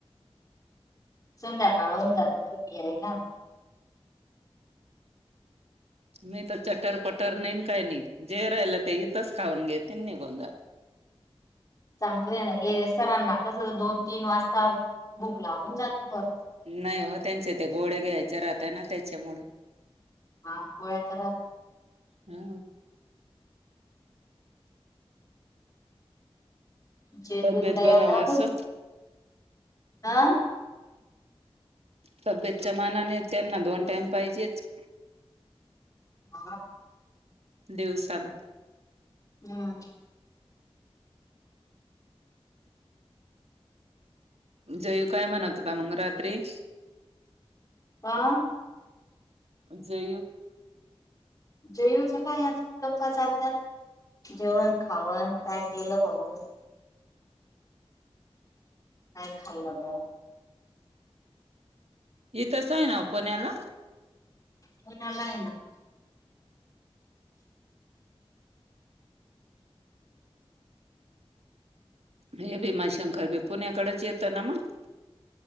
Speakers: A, on the left; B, on the right.
A: संध्याकाळ होऊन जातो घरी याईला
B: मी तर चटर पटर नाहीन काय नाही जे राहिलं ते इथंच खाऊन घेत निघून ज
A: चांगलं आहे ना हे सरांना कस दोन तीन वाजता बुक लागून जाते परत.
B: नाही हो त्यांचे ते घोडे घ्यायचे राहत ना त्याच्यामु
A: हा गोळ्या तरह
B: हा
A: जेजुरीला
B: तब्येत बघावा
A: यात्रा
B: असं
A: कर हा
B: तब्येतच्या मानाने त्यांना दोन टाइम पाहिजेच
A: म
B: दिवसाला
A: हम्म
B: जयू काय म्हणत होता मग रात्री
A: का
B: जे
A: जयऊच काय असल गप्पाचर्धात जेवण खावन काय केलं पाऊ काय खालाग
B: हे तस आहे ना पुण्याला,
A: पुण्याला आहे ना,
B: हे भीमा शंकर भी पुण्याकडेच येतं ना मग